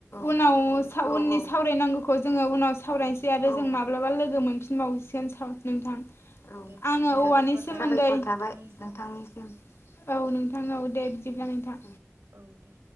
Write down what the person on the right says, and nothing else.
औ औ
औ
दे
साबायखर
थाबाय नोंथांनिसिम
उम
दे औ दे।